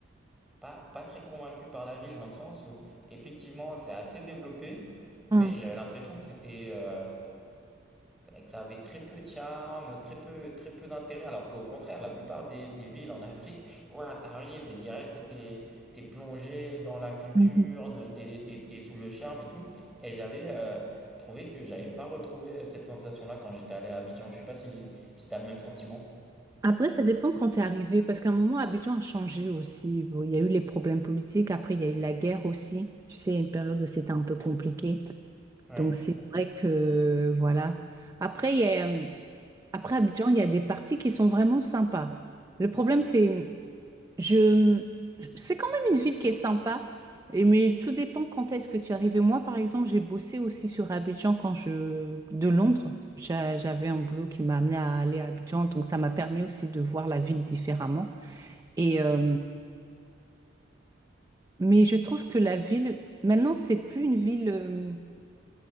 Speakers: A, in the centre; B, on the right.
A: pas, pas très convaincu par la ville, dans le sens où effectivement c'est assez développé, mais
B: mm,
A: j'avais l'impression que c'était euh, que ça avait très peu de charme, très peu, très peu d'intérêt, alors qu'au contraire, la plupart des, des villes en Afrique, ouah, t'arrives et direct, t'es, t'es plongé dans la culture,
B: mhm.
A: ne- t'es, t'es, t'es sous le charme et tout. Et j'avais euh, trouvé que j'avais pas retrouvé cette sensation-là quand j'étais allé à Abidjan. Je sais pas si, si t'as le même sentiment.
B: Après, ça dépend quand tu es arrivé, parce qu'à un moment, Abidjan a changé aussi. Bon, il y a eu les problèmes politiques, après, il y a eu la guerre aussi. Tu sais, il y a une période où c'était un peu compliqué.
A: Ouais,
B: Donc, c'est vrai que, voilà. Après, il y a, après Abidjan, il y a des parties qui sont vraiment sympas. Le problème, c'est, Je, c'est quand même une ville qui est sympa, et- mais tout dépend quand est-ce que tu arrives. Et moi, par exemple, j'ai bossé aussi sur Abidjan quand je, de Londres. J'a- J'avais un boulot qui m'a amené à aller à Abidjan, donc ça m'a permis aussi de voir la ville différemment. Et euh, mais je trouve que la ville, maintenant, c'est plus une ville. euh,